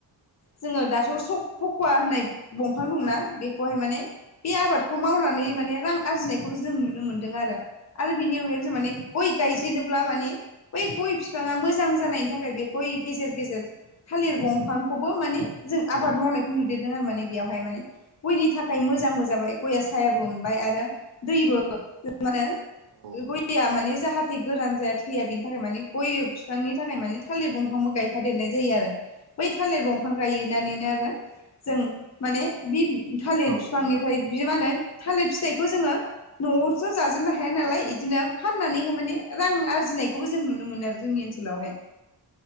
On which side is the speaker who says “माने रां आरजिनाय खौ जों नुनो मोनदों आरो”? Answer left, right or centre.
Left